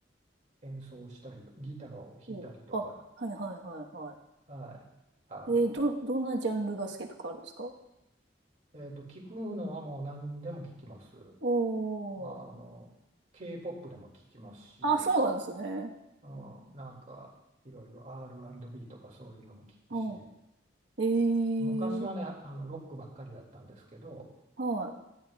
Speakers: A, on the right (about 40°); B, on the right (about 80°).
A: 演奏したりとギターを弾いたりとか、
B: お、あ、はいはいはいはい。
A: はい、あの、
B: えー、ど、どんなジャンルが好きとかあるんですか
A: えっと、聞くのはもう何でも聞きます。
B: おー。
A: あの K-POP でも聞きますし、
B: あ、そうなんですね。
A: うん、なんかいろいろ R&B とかそういうのも聞くし
B: うん。えー、
A: 昔はねあのロックばっかりだったんですけど
B: はい。